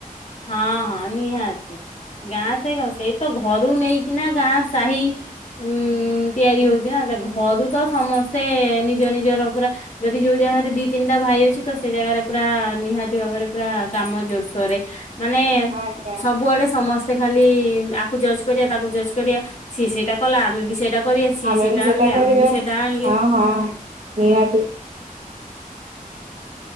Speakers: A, on the left (about 50°); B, on the right (about 60°).
A: ହଁ ହଁ ନିହାତି ଗାଁ ସେଇ ସେଇତ ଘରୁ ନେଇକିନା ଗାଁ ସାହି ଉଁ ତିଆରି ହଉଚିନା ଘରୁତ ସମସ୍ତେ ନିଜ ନିଜର ପୁରା ଯଦି ଯୋଉ ଜାଗାରେ ଦି ତିନିଟା ଭାଇ ଅଛି ତସେଇ ଜାଗାରେ ପୁରା ନିହାତି ଭାବରେ ପୁରା କାମ ଜୋରସୋରେ ମାନେ
B: ଆଜ୍ଞା
A: ସବୁଆଡ଼େ ସମସ୍ ଖାଲି ଆକୁ ଜଜ୍ କରିବା ତାକୁ ଜଜ୍ କରିବା ସିଏ ସେଇଟା କଲା ଆମେବି ସେଇଟା କରିବା ସିଏ
B: ଆମେବି ସେଇଟା
A: ଆଣିଲେ ଆମେ
B: କରିବା
A: ବି ସେଇଟା ଆଣିଲେ
B: ହଁ ହଁ ନିହାତି।